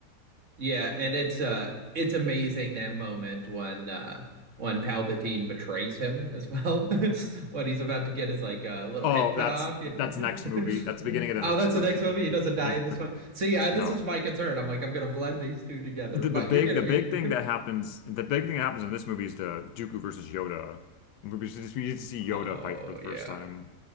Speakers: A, on the right; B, on the left.
A: Yeah, and it's uh it's amazing that moment when uh when Palpatine betrays him as well. <laughs> What he's about to get is like a little
B: Oh,
A: head cut
B: that's
A: off. <laughs>
B: that's next movie. That's the beginning of the
A: Oh,
B: next
A: that's
B: movie.
A: the next movie. He doesn't
B: <laughs>
A: die
B: Yeah.
A: in this one. See, I, this
B: No.
A: is my concern. I'm like, I'm gonna blend these two together.
B: The,
A: But
B: the big
A: you're gonna
B: the
A: you're
B: big
A: <laughs>
B: thing that happens the big thing that happens in this movie is the Dooku versus Yoda. We just we need to see Yoda
A: Oh
B: fight for the first
A: yeah.
B: time.